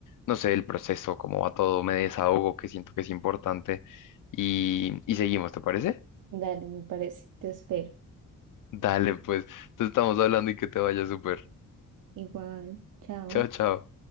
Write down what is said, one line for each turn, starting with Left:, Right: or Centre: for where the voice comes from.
Left: no sé, el proceso, cómo va todo, me desahogo, que siento que es importante y, y seguimos, ¿te parece?
Right: Dale, me parece. Te espero.
Left: Dale, pues, te estamos hablando y que te vaya súper.
Right: Igual. Chao.
Left: Chao, chao.